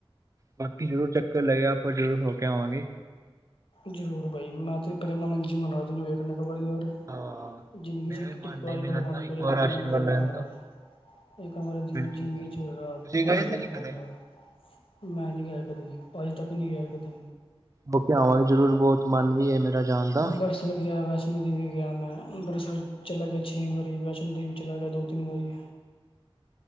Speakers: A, on the right; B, on the left.
A: ਬਾਕੀ ਜ਼ਰੂਰ ਚੱਕਰ ਲਗਿਆ ਆਪਾਂ ਜ਼ਰੂਰ ਹੋ ਕੇ ਆਵਾਂਗੇ।
B: ਜ਼ਰੂਰ ਬਈ ਮੈਂ ਤਾਂ ਪ੍ਰੇਮਾਨੰਦ ਜੀ ਮਹਾਂਰਾਜ ਨੂੰ ਵੇਖਣਾ ਇਕ ਵਾਰ।
A: ਹਾਂ
B: ਜ਼ਿੰਦਗੀ
A: ਮੇਰਾ
B: ਚ
A: ਵੀ ਮਨ
B: ਇੱਕ
A: ਨਹੀਂ
B: ਵਾਰੀ
A: ਮਿਲਣ
B: ਭਗਵਾਨ
A: ਦਾ ਇੱਕ
B: ਕਰੇ
A: ਵਾਰ
B: ਉਹਨਾਂ
A: ਆਸ਼ੀਰਵਾਦ
B: ਨੂੰ ਵੇਖਾ
A: ਲੈਣ
B: ਯਾਰ।
A: ਦਾ
B: ਇੱਕਵਾਰ ਜ਼ਿੰਦਗੀ
A: ਬਿਲਕੁਲ ਭਾਜੀ
B: ਚ ਹੋਏਗਾ
A: ਤੁਸੀਂ
B: ਉਹਨਾਂ
A: ਗਏ
B: ਨੂੰ ਵੇਖਣਾ
A: ਤੇ ਨੀ ਕਦੇ
B: ਯਾਰ। ਮੈਂ ਨਹੀਂ ਗਿਆ ਕਦੀ ਅੱਜ ਤੱਕ ਨਹੀਂ ਗਿਆ ਕਦੀ।
A: ਹੋ ਕੇ ਆਵਾਂਗੇ ਜ਼ਰੂਰ ਬਹੁਤ ਮਨ ਵੀ ਹੈ ਮੇਰਾ। ਜਾਣ ਦਾ
B: ਅੰਬਰਸ। ਪੰਜਾਬ ਗਿਆ, ਵੈਸ਼ਨੋ ਦੇਵੀ ਗਿਆ, ਮੈਂ ਅੰਮ੍ਰਿਤਸਰ ਚਲਾ ਗਿਆ ਛੇ ਵਾਰੀ, ਵੈਸ਼ਨੋ ਦੇਵੀ ਚਲਾ ਗਿਆ ਦੋ ਤਿੰਨ ਵਾਰੀ।